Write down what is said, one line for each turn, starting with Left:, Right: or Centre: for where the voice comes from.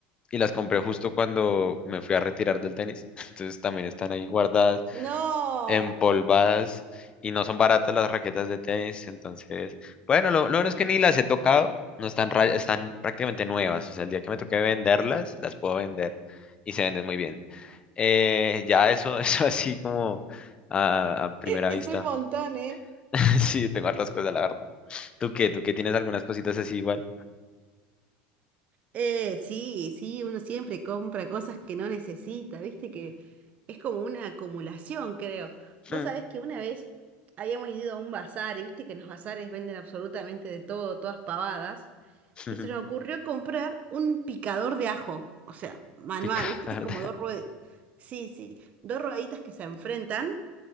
Left: y las compré justo cuando me fui a retirar del tenis. <laughs> Entonces también están ahí guardadas.
Right: No,
Left: empolvadas y no son baratas las raquetas de tenis. Entonces, bueno, lo, lo bueno es que ni las he tocado, no están, ra- están prácticamente nuevas. O sea, el día que me toque venderlas, las puedo vender y se venden muy bien. Eh, ya eso, <laughs> eso así como a, a primera
Right: <laughs> es
Left: vista.
Right: un montón, ¿eh?
Left: <laughs> Sí, tengo hartas cosas, la verdad. ¿Tú qué? ¿Tú qué tienes algunas cositas así igual?
Right: Eh, sí, sí, uno siempre compra cosas que no necesita, viste que es como una acumulación, creo. Vos
Left: Mm,
Right: sabés que una vez habíamos ido a un bazar y viste que en los bazares venden absolutamente de todo, todas pavadas,
Left: <laughs>
Right: y se nos ocurrió comprar un picador de ajo, o sea, manual,
Left: Pica,
Right: viste,
Left: ¿verdad?
Right: es como dos ruedas, sí, sí, dos rueditas que se enfrentan